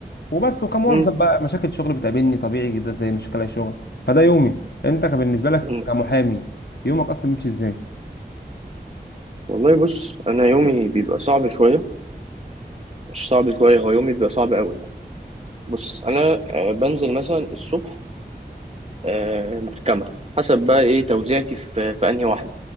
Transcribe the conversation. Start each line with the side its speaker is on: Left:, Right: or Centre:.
Left: وبس وكموظف
Right: م-
Left: بقى مشاكل شغل بتقابلني طبيعي جدا زي مشاكل أي شغل فده يومي أنت كان بالنسبة لك
Right: م.
Left: كمحامي يومك أصلا بيمشي إزاي؟
Right: والله بص انا يومي بيبقى صعب شويه مش صعب شويه هو يومي بيبقى صعب قوي بص انا آه، بنزل مثلا الصبح آه، محكمه حسب بقى ايه توزيعتي في في انهي واحده